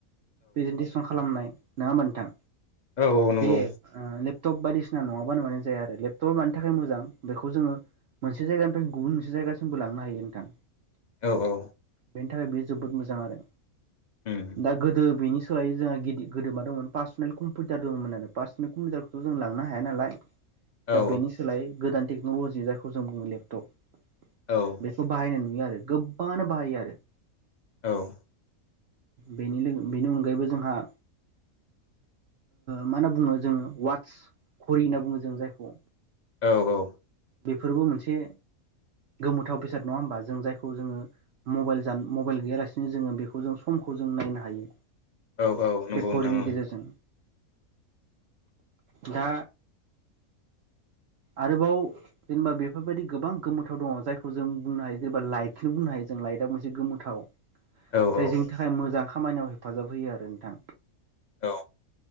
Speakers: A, on the right; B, on the left.
A: प्रेजन्टेसन खालामनाय नङा होमबा नोंथां
B: औ नंगौ
A: बे। लेपटप बायदिसिना नङाबानो मानो जाया आरो लेपटप मानि थाखाय मोजां बेखौ जोङो। मोनसे जायगानिफ्राय गुबुन मोनसे जायगासिमबो लांनो हायो नोंथां।
B: औ औ
A: बेनि थाखाय बेयो जोबोद मोजां आरो
B: उम
A: दा गोदो बेनि सोलायै जोंहा गिदि गोदो मा दं पार्सनेल कम्पिउटार दंमोन आरो पारसनेल कम्पिउटारखौ' जों लांनो हाया नालाय।
B: औ
A: दा बेनि सोलाय गोदान टेक्न'लजिनि जायखौ जों बुङो लेपटप।
B: औ
A: बेखौ बाहायनाय नुयो आरो गोबाङानो बाहायो आरो
B: औ
A: बेनि बेनि अनगायैबो जोंहा मा होनना बुङो जोङो वाट्स खरि होनना बुङो जों जायखौ
B: औ औ
A: बेफोरबो मोनसे गोमोथाव बेसाद नङा होमबा जों जायखौ जोङो। मबाइल ज मबाइल गैयालासिनो जोङो बेखौ जों समखौ जों नायनो हायो।
B: औ औ नंगौ
A: बे घरिनि
B: नोंथां
A: गेजेरजों। दा आरोबाव। जेनेबा बेफोरबायदि गोबां गोमोथाव दङ जायखौ जों बुंनो हायो जेनेबा लाइटखौनो बुंनो हायो जों लाइटआ मोनसे गोमोथाव।
B: औ औ
A: जायजोंनि थाखाय मोजां खामानियाव हेफाजाब होयो आरो नोंथां।
B: औ